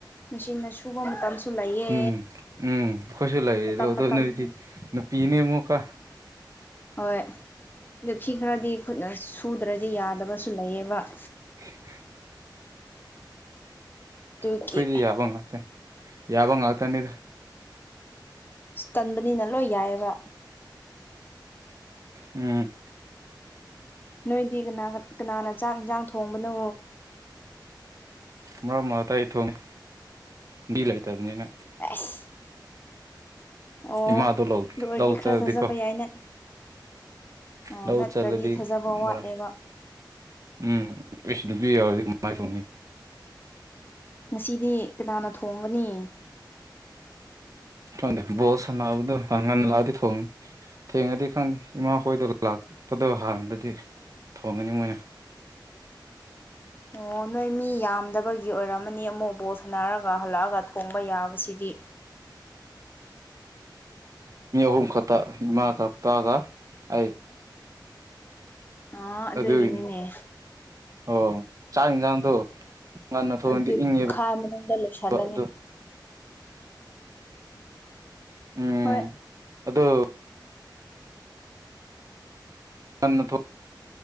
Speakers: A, on the left (about 25°); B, on the right (about 45°).
A: ꯃꯦꯆꯤꯟꯅ ꯁꯨꯕ ꯃꯇꯝꯁꯨ ꯂꯩꯌꯦ
B: ꯎꯝ ꯎꯝ ꯀꯣꯏꯁꯨ ꯂꯩꯌꯦꯗꯣꯗꯣ
A: ꯃꯇꯝ ꯃꯇꯝꯅꯤ
B: ꯅꯣꯏꯗꯤ ꯄꯤꯅꯦ ꯃꯣꯛꯀꯥ
A: ꯍꯣꯏ ꯑ ꯐꯤ ꯈꯔꯗꯤ ꯈꯨꯠꯅ ꯁꯨꯗ꯭ꯔꯗꯤ ꯌꯥꯗꯕꯁꯨ ꯂꯩꯌꯦꯕ
B: <unintelligible>
A: ꯑꯗꯨꯒꯤ
B: ꯑꯩꯈꯣꯏꯗꯤ ꯌꯥꯕ ꯉꯥꯛꯇ ꯌꯥꯕ ꯉꯥꯛꯇꯅꯤꯗ
A: ꯇꯟꯕꯅꯤꯅ ꯂꯣꯏ ꯌꯥꯏꯑꯕ
B: ꯎꯝ
A: ꯅꯣꯏꯗꯤ ꯀꯅꯥ ꯀꯅꯥꯅ ꯆꯥꯛ ꯌꯦꯟꯖꯥꯡ ꯊꯣꯡꯕꯅꯣ
B: ꯃꯔꯛ ꯃꯔꯥꯛꯇꯥ ꯑꯩ ꯊꯣꯡꯏ ꯃꯤ ꯂꯩꯇꯕꯅꯤꯅ
A: ꯑꯁ ꯑꯣ
B: ꯏꯃꯥꯗꯣ ꯂꯧ
A: ꯑꯗꯨ ꯑꯣꯏꯔꯗꯤ
B: ꯂꯧ
A: ꯈꯔ
B: ꯆꯠꯂꯗꯤꯀꯣ
A: ꯊꯥꯖꯕ ꯌꯥꯏꯅ ꯑꯣ
B: ꯂꯧ
A: ꯅꯠꯇ꯭ꯔꯗꯤ
B: ꯆꯂꯗꯤ
A: ꯊꯥꯖꯕ ꯋꯥꯠꯂꯦꯕ
B: ꯃꯔ ꯎꯝ ꯑꯩꯁꯨ ꯅꯨꯄꯤ ꯌꯥꯎꯔꯗꯤ ꯀꯃꯥꯏꯅ ꯇꯧꯅꯤ
A: ꯉꯁꯤꯗꯤ ꯀꯅꯥꯅ ꯊꯣꯡꯒꯅꯤ
B: ꯆꯗꯦ ꯣꯁꯅꯕꯗ ꯍꯪꯉꯟ ꯂꯥꯛꯗꯤ ꯊꯣꯡꯉ ꯊꯦꯡꯉꯗꯤ ꯈꯪꯗꯦ ꯏꯃꯥ ꯍꯣꯏꯗꯣ ꯂꯥꯛꯄꯗ ꯍꯥꯟꯅꯗꯗꯤ ꯊꯣꯡꯉꯅꯤ ꯃꯣꯏꯅ
A: ꯑꯣ ꯅꯣꯏ ꯃꯤ ꯌꯥꯝꯗꯕꯒꯤ ꯑꯣꯏꯔꯝꯃꯅꯤ ꯑꯃꯨꯛ ꯕꯣꯠ ꯁꯥꯟꯅꯔꯒ ꯍꯜꯂꯛꯑꯒ ꯊꯣꯡꯕ ꯌꯥꯕꯁꯤꯗꯤ
B: ꯃꯤ ꯑꯍꯨꯝ ꯈꯇꯥ ꯏꯃꯥ ꯏꯄꯥꯒ ꯑꯩ
A: ꯑ ꯑꯗꯨꯒꯤꯅꯤꯅꯦ
B: ꯑꯗꯨꯒꯤꯅꯤ ꯑꯣ ꯆꯥꯛ ꯌꯦꯟꯁꯥꯡꯗꯣ ꯉꯟꯅ ꯊꯣꯡꯗꯤ
A: ꯑꯗꯨꯗꯤ
B: ꯏꯪꯉꯦꯕ
A: ꯄꯨꯡꯈꯥꯏ ꯃꯅꯨꯡꯗ ꯂꯣꯏꯁꯤꯜꯂꯅꯤ
B: ꯑꯗꯨ ꯎꯝ
A: ꯍꯣꯏ
B: ꯑꯗ‌ꯣ ꯉꯟꯅ ꯊꯣ